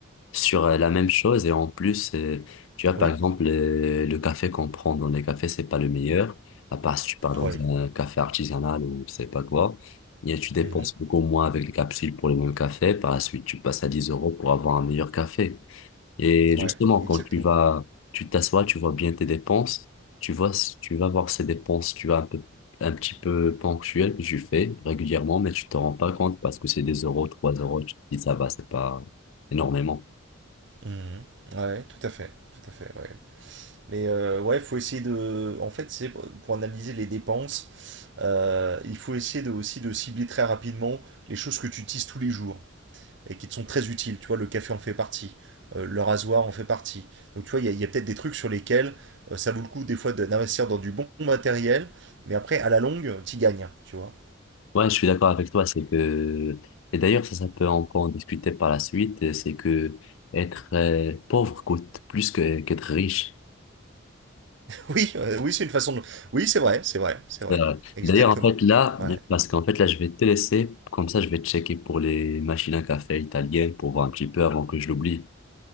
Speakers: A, on the left; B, on the right.
A: sur euh, la même chose et en plus euh, tu vois
B: Oui,
A: par exemple euh, le café qu'on prend dans les cafés c'est pas le meilleur à part si tu pars dans
B: ouais.
A: un café artisanal ou je sais pas quoi et tu dépenses
B: Mhm.
A: beaucoup moins avec les capsules pour le même café par la suite tu passes à 10 euros pour avoir un meilleur café et justement
B: Ouais,
A: quand
B: exactement.
A: tu vas tu t'assois tu vois bien tes dépenses tu vois tu vas voir ces dépenses tu vois un peu un petit peu ponctuelles que tu fais régulièrement mais tu t'en rends pas compte parce que c'est des euros trois euros tu te dis ça va c'est pas énormément
B: Mhm. Ouais, tout à fait, tout à fait, ouais. Mais euh, ouais, faut essayer de. En fait, c'est pour analyser les dépenses, euh, il faut essayer de, aussi de cibler très rapidement les choses que tu utilises tous les jours et qui te sont très utiles. Tu vois, le café en fait partie, euh, le rasoir en fait partie. Donc, tu vois, il y a, il y a peut-être des trucs sur lesquels euh, ça vaut le coup des fois de- d'investir dans du bon matériel, mais après, à la longue, tu gagnes, tu vois.
A: Ouais, je suis d'accord avec toi, c'est que, et d'ailleurs, ça, ça peut encore en discuter par la suite, euh, c'est que être euh, pauvre coûte plus que, qu'être riche.
B: Oui, euh, oui, c'est une façon de. Oui, c'est vrai, c'est vrai, c'est vrai.
A: Euh,
B: Exactement.
A: D'ailleurs, en fait, là,
B: Ouais.
A: parce qu'en fait, là, je vais te laisser, comme ça, je vais checker pour les machines à café italiennes pour voir un petit peu avant que je l'oublie.